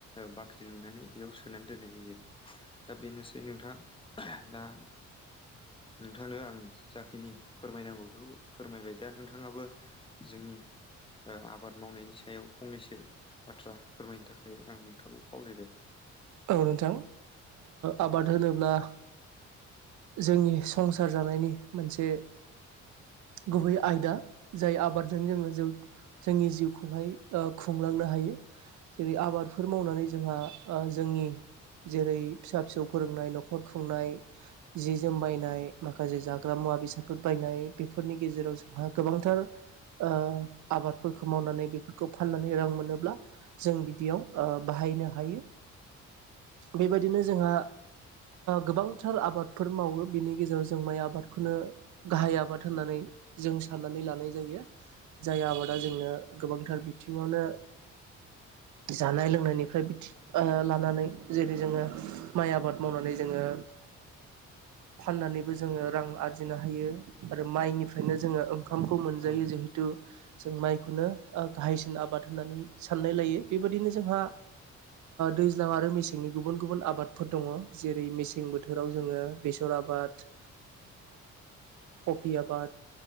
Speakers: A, on the left (about 15°); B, on the right (about 70°).
A: बाख्रि लुनानै बेयाव सोनानै दोननाय जायो आरो दा बेनोसै नोंथां दा नोंथांनो आं जाखिनि फोरमायनांगौ बेखौ फोरमायबाय दा नोंथाङाबो जोंनि आबाद मावनायनि सायाव फंनैसो बाथ्रा फोरमायनो थाखाय आं नोंथांखौ खावलायबाय
B: औ नोंथां आबाद होनोब्ला जोंनि संसार जानायनि मोनसे
A: औ
B: गुबै
A: नोंथां
B: आयदा जाय आबादजों जोङो जोंनि जिउखौहाय खुंलांनो हायो जेरै आबादफोर मावनानै जोंहा जोंनि जेरै फिसा फिसौ फोरोंनाय न'खर खुंनाय जि जोम बायनाय माखासे जाग्रा मुवा बेसादफोर बायनाय बेफोरनि गेजेराव जों गोबांथार आबादफोरखौ मावनानै बेफोरखौ फाननानै रां मोनोब्ला जों बिदियाव बाहायनो हायो बेबायदिनो जोंहा गोबांथार आबादफोर मावो बिनि गेजेराव जों माइ आबादखौनो गाहाय आबाद होननानै जों साननानै लानाय जायो जाय आबादा जोंनो गोबांथार बिथिङावनो जानाय लोंनायनिफ्राय लानानै जेरै जोङो माइ आबाद मावनानै जोङो फाननानैबो जोङो रां आरजिनो हायो आरो माइनिफ्रायनो जोङो ओंखामखौ मोनजायो
A: औ
B: जिहेथु जों माइखौनो गाहायसिन आबाद होननानै साननाय लायो बेबायदिनो जोंहा दैज्लां आरो मेसें मेसेंनि गुबुन गुबुन आबादफोर दङ जेरै मेसें बोथोराव जोङो बेसर आबाद कफि आबाद